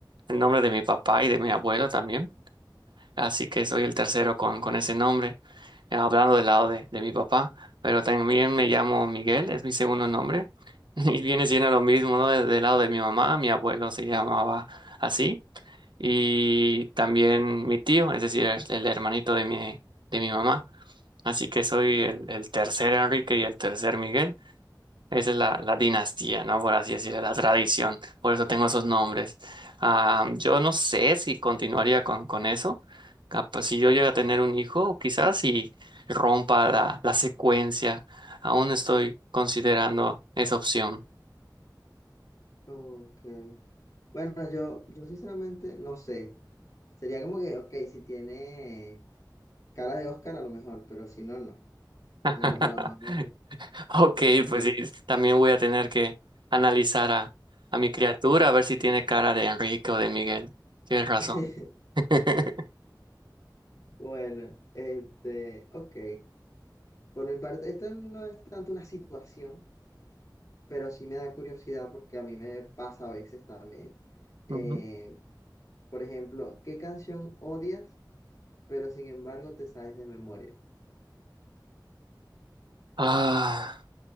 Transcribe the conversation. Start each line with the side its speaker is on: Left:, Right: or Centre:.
Right: el nombre de mi papá y de mi abuelo también, así que soy el tercero con, con ese nombre, eh, hablando del lado de, de mi papá, pero también me llamo Miguel, es mi segundo nombre, <laughs> y viene siendo lo mismo, ¿no? De- Del lado de mi mamá, mi abuelo se llamaba así, y también mi tío, es decir, el, el hermanito de mi, de mi mamá, así que soy el, el tercer Enrique y el tercer Miguel. Esa es la, la dinastía, ¿no? Por así decirlo, la tradición. Por eso tengo esos nombres. Ah, yo no sé si continuaría con, con eso. Capaz, si yo llego a tener un hijo, quizás si rompa la, la secuencia. Aún estoy considerando esa opción.
Left: Ok. Bueno, yo, yo sinceramente no sé. Sería como que, ok, si tiene cara de Oscar a lo mejor, pero si no, no.
Right: <laughs>
Left: No, no, no. no,
Right: Ok,
Left: No,
Right: pues
Left: yo-
Right: sí, también voy a tener que analizar a, a mi criatura,
Left: Ah.
Right: a ver si tiene cara de Enrique o de Miguel. Tienes razón.
Left: <laughs>
Right: <laughs>
Left: Bueno, este, ok. Por mi parte, esto no es tanto una situación, pero sí me da curiosidad porque a mí me pasa a veces también. Eh,
Right: Ujú.
Left: por ejemplo, ¿qué canción odias, pero sin embargo te sabes de memoria?
Right: Ah,